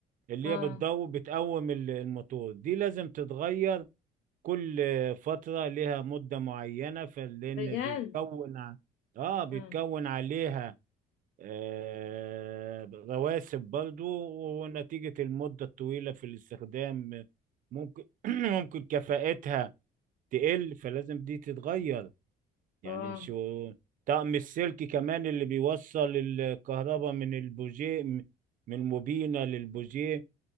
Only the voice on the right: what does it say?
اللي
هي بتضو بتقوم ال- الموتور دي لازم تتغير كل فترة لها مدة معينة فلأن
بيتكون ع- اه بيتكون
عليها آه رواسب برضو ونتيجة المدة الطويلة في الاستخدام ممكن <clears throat> ممكن كفاءتها تقل فلازم دي تتغير يعني
مش هو- طقم السلك كمان اللي بيوصل الكهرباء من البوجيه من الموبينة للبوجيه